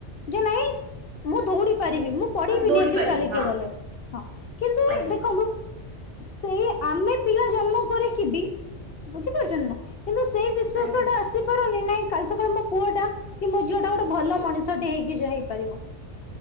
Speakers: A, on the left; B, on the right.
A: ଯେ ନାଇଁ ମୁଁ ଦୌଡିପାରିବି, ମୁଁ ପଡିବିନି
B: ଦୌଡି
A: ଏଠି
B: ପାରିବି
A: ଚାଲିକି
B: ହଁ
A: ଗଲେ ହଁ କିନ୍ତୁ
B: ଆଜ୍ଞା।
A: ଦେଖନ୍ତୁ ସେଇ ଆମେ ପିଲା ଜନ୍ମକରିକି ବି ବୁଝିପାରୁଛନ୍ତି ନା? କିନ୍ତୁ ସେଇ ବିଶ୍ୱାସଟା
B: ଆଜ୍ଞା
A: ଆସିପାରେନି ନାଇଁ କାଲି ସକାଳେ ମୋ ପୁଅ ମଟା କି ମୋ ଝିଅଟା ଗୋଟେ ଭଲ ମଣି ଷଟେ ହେଇକି ଯାଇପାରିବ